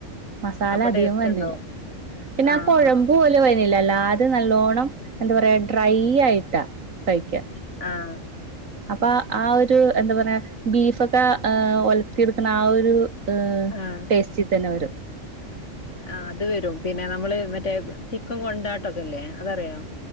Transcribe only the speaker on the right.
മസാല
അധികം
വന്നില്ല
പിന്നെ
ആ കുഴമ്പ്
പോലെ വ ഇല്ലല്ല ആദ്യം നല്ലോണം എന്താ പറയാ ഡ്രൈ ആയിട്ടാ കഴിക്ക്യ.
അപ്പൊ ആ ഒരു എന്ത പറയാ ബീഫൊക്കെ ഒലത്തിയെടുക്ക്ണ ആ ഒരു ്
ടേസ്റ്റീ തന്നെ വരും.